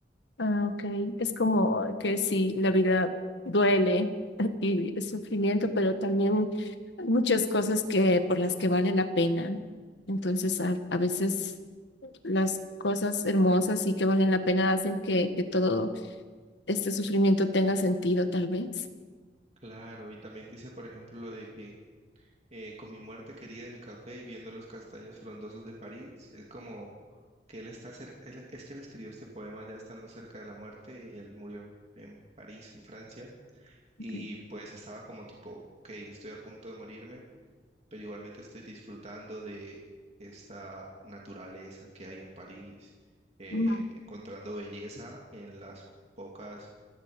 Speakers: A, on the left (about 75°); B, on the right (about 40°).
A: Ah, ok, es como que sí, la vida duele <laughs> y es sufrimiento, pero también hay muchas cosas que por las que vale la pena. Entonces, a, a veces las cosas hermosas y que valen la pena hacen que, que todo este sufrimiento tenga sentido, tal vez.
B: Claro, y también dice, por ejemplo, lo de que eh, con mi muerte querida de mi café y viendo los castaños frondosos de París, es como que él está cer- él- es que él escribió este poema ya estando cerca de la muerte, y él murió en, en París, en Francia, y
A: Ok.
B: pues estaba como tipo, ok, estoy a punto de morirme pero igualmente estoy disfrutando de esta naturaleza que hay en París, eh,
A: Ujú.
B: encontrando belleza en las pocas